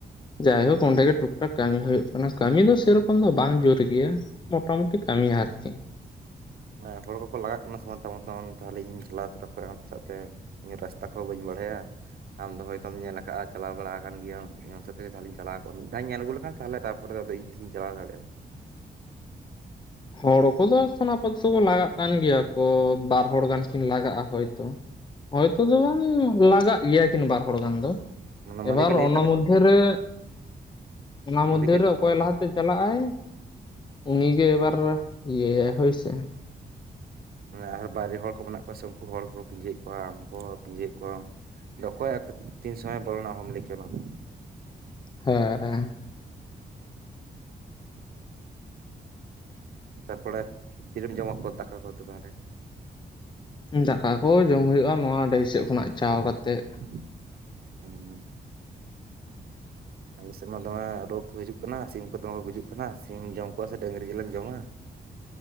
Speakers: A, on the left (about 30°); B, on the right (about 65°).
A: ᱡᱟᱭᱦᱳᱠ ᱚᱸᱰᱮ ᱜᱮ ᱴᱩ ᱠᱟᱹᱢᱤ ᱦᱩᱭᱩᱜ ᱠᱟᱱᱟ ᱠᱟᱹᱢᱤ ᱫᱚ ᱥᱮᱨᱚᱠᱚᱢ ᱫᱚ ᱵᱟᱝ ᱡᱳᱨ ᱜᱮᱭᱟ ᱢᱚᱴᱟ ᱢᱩᱴᱤ ᱠᱟᱹᱢᱤ ᱟᱨᱠᱤ᱾
B: <unintelligible> ᱦᱚᱲ ᱠᱚᱠᱚ ᱞᱟᱜᱟᱜ ᱠᱟᱱᱟ ᱥᱮ ᱵᱟᱝ ᱛᱟ ᱢᱚᱛᱚᱱ ᱛᱟᱦᱚᱞᱮᱧ ᱪᱟᱞᱟᱣ ᱛᱚᱨᱟ ᱠᱚᱜ-ᱟ ᱟᱢ ᱥᱟᱶᱛᱮ ᱤᱧ ᱨᱟᱥᱛᱟ ᱠᱚᱦᱚᱸ ᱵᱟᱹᱧ ᱵᱟᱲᱟᱭᱟ᱾ ᱟᱢ ᱫᱚ ᱦᱚᱭ ᱛᱚᱢ ᱧᱮᱞ ᱟᱠᱟᱫ-ᱟ ᱪᱟᱞᱟᱣ ᱵᱟᱲᱟ ᱟᱠᱟᱱ ᱜᱮᱭᱟᱢ ᱟᱢ ᱥᱟᱶ ᱛᱮᱜᱮᱧ ᱪᱟᱞᱟᱣ ᱠᱚᱜ-ᱟ ᱢᱤᱫ ᱫᱷᱟᱣ ᱧᱮᱞ ᱟᱹᱜᱩ ᱞᱮᱠᱷᱟᱱ ᱛᱟᱦᱞᱮ ᱛᱟᱯᱚᱨᱮ ᱟᱫᱚ ᱤᱧ ᱛᱤᱜᱤᱧ ᱧᱟᱞᱟᱣ ᱫᱟᱲᱮᱭᱟᱜ-ᱟ᱾
A: ᱦᱚᱲ ᱠᱚᱫᱚ ᱮᱠᱷᱚᱱ ᱟᱯᱟᱛᱚᱛᱚ ᱠᱚ ᱞᱟᱜᱟᱜ ᱠᱟᱱ ᱜᱮᱭᱟ ᱠᱚ ᱵᱟᱨ ᱦᱚᱲ ᱜᱟᱱ ᱠᱤᱱ ᱞᱟᱜᱟᱜ-ᱟ ᱦᱳᱭᱛᱚ᱾ ᱦᱳᱭᱛᱳ ᱫᱚ ᱵᱟᱝ ᱞᱟᱜᱟᱜ ᱜᱮᱭᱟ ᱠᱤᱱ ᱵᱟᱨ ᱦᱚᱲ ᱜᱟᱱ ᱫᱚ᱾
B: ᱚᱱᱟ
A: ᱮᱵᱟᱨ
B: ᱢᱟᱹᱞᱤᱠᱮ ᱞᱟᱹᱭᱮᱫ
A: ᱚᱱᱟ
B: ᱛᱟᱯᱮ
A: ᱢᱚᱫᱽᱫᱷᱮ ᱨᱮ ᱚᱱᱟ ᱢᱚᱫᱽᱫᱷᱮᱨᱮ
B: ᱢᱟᱹᱞᱤᱠᱮ
A: ᱚᱠᱚᱭ ᱞᱟᱦᱟ ᱛᱮ ᱪᱟᱞᱟᱜ-ᱟᱭ ᱩᱱᱤᱜᱮ ᱮᱵᱟᱨ ᱤᱭᱟᱹᱟᱭ ᱦᱳᱭᱥᱮ
B: ᱢᱟᱱᱮ ᱟᱨ ᱵᱟᱦᱨᱮ ᱦᱚᱲ ᱠᱚ ᱢᱮᱱᱟᱜ ᱠᱚᱣᱟ ᱥᱮ ᱩᱱᱠᱩ ᱦᱚᱲᱠᱚ ᱯᱤᱸᱡᱟᱹᱭᱮᱫ ᱠᱚᱣᱟ ᱟᱢ ᱦᱚᱠᱚ ᱯᱤᱸᱡᱟᱹᱭᱮᱫ ᱠᱚᱣᱟ ᱫᱚ ᱚᱠᱚᱭ ᱛᱤᱱ ᱥᱚᱢᱚᱭᱮ ᱵᱚᱞᱚᱱᱟ ᱚᱦᱚᱢ ᱞᱟᱹᱭ ᱠᱮᱭᱟ ᱚᱱᱟ ᱫᱚ
A: ᱦᱮᱸ ᱦᱮᱸ
B: ᱛᱟᱨᱯᱚᱲᱮ ᱛᱤᱨᱮᱢ ᱡᱚᱢᱟ ᱠᱚ ᱫᱟᱠᱟ ᱠᱚᱫᱚ ᱛᱟᱦᱚᱞᱮ᱾
A: ᱫᱟᱠᱟ ᱠᱚ ᱡᱚᱢ ᱦᱳᱭᱳᱜ-ᱟ ᱱᱚᱣᱟ ᱰᱟᱹᱦᱤ ᱥᱮᱫ ᱠᱷᱚᱱᱟᱜ ᱪᱟᱣ ᱠᱟᱛᱮᱜ
B: <unintelligible> ᱟᱞᱮ ᱥᱮᱫ ᱢᱟ ᱫᱚᱢᱮ ᱨᱳᱜᱽ ᱦᱤᱡᱩᱜ ᱠᱟᱱᱟ ᱥᱤᱢ ᱠᱚ ᱫᱚᱢᱮ ᱠᱚ ᱜᱩᱡᱩᱜ ᱠᱟᱱᱟ ᱥᱤᱢ ᱡᱚᱢ ᱠᱚᱣᱟ ᱥᱮ ᱰᱟᱹᱝᱨᱤ ᱡᱮᱞ ᱮᱢ ᱡᱚᱢᱟ